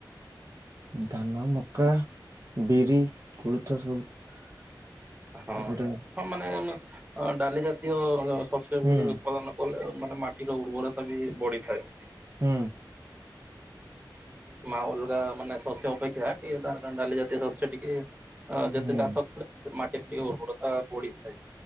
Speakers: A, on the right; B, on the right.
A: ଧାନ ମକା ବିରି କୋଳଥ ସବୁ।
B: ହଁ
A: ଏପଟେ
B: ହଁ ମାନେ ଡାଲି ଜାତୀୟ ସସ୍ୟ
A: ହୁଁ
B: ହୁଏ ଉତ୍ପାଦନ। <unintelligible> ମାନେ ମାଟିର ଉର୍ବରତା ବି ବଢିଥାଏ।
A: ହୁଁ।
B: ମା ଅଲଗା ମାନେ ଶସ୍ୟ ଅପେକ୍ଷା <unintelligible> ଟିକେ ଡାଲି ଜାତୀୟ ଶସ୍ୟ ଟିକେ ହଁ ଯେତେ
A: ହୁଁ
B: ଚାଷ କଲେ ମାଟି ଜାତୀୟ ଉର୍ବରତା ବଢିଥାଏ।